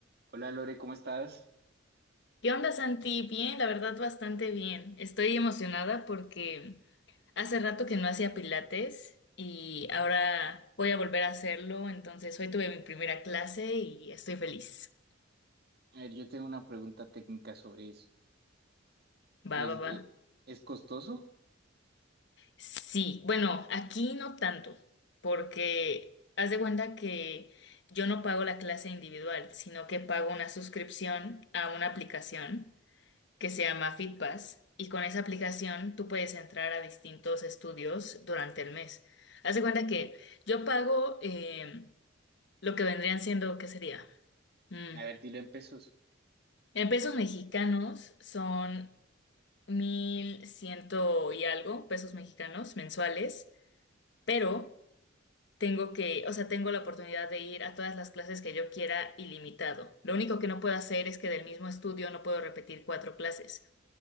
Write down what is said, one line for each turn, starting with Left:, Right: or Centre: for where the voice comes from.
Right: Hola Lore, ¿cómo estás?
Left: ¿Qué onda, Santi? Bien, la verdad, bastante bien. Estoy emocionada porque hace rato que no hacía pilates y ahora voy a volver a hacerlo. Entonces, hoy tuve mi primera clase y estoy feliz.
Right: A ver, yo tengo una pregunta técnica sobre eso. El,
Left: Va, va,
Right: eh,
Left: va.
Right: ¿es costoso?
Left: Sí, bueno, aquí no tanto, porque haz de cuenta que yo no pago la clase individual, sino que pago una suscripción a una aplicación. que se llama FitPass y con esa aplicación tú puedes entrar a distintos estudios durante el mes. Haz de cuenta que yo pago eh, lo que vendrían siendo, ¿qué sería? Mm,
Right: A ver, dilo en pesos.
Left: En pesos mexicanos son mil ciento y algo pesos mexicanos mensuales, pero tengo que, o sea, tengo la oportunidad de ir a todas las clases que yo quiera ilimitado. Lo único que no puedo hacer es que del mismo estudio no puedo repetir cuatro clases.